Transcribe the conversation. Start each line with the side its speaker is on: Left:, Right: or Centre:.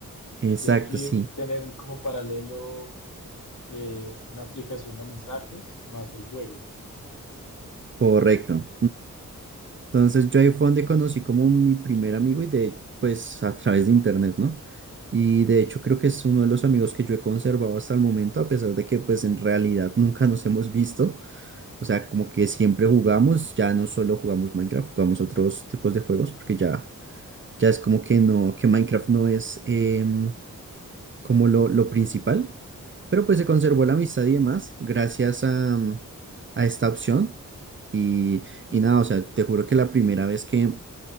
Right: exacto,
Left: Tienen que
Right: sí,
Left: tener como paralelo eh, una aplicación de mensajes más el juego.
Right: correcto. Entonces yo ahí fue donde conocí como mi primer amigo y de, pues a través de internet, ¿no? Y de hecho creo que es uno de los amigos que yo he conservado hasta el momento, a pesar de que pues en realidad nunca nos hemos visto. O sea, como que siempre jugamos, ya no solo jugamos Minecraft, jugamos otros tipos de juegos, porque ya, ya es como que no, que Minecraft no es em, como lo, lo principal. Pero pues se conservó la amistad y demás gracias a, a esta opción. Y, y nada, o sea, te juro que la primera vez que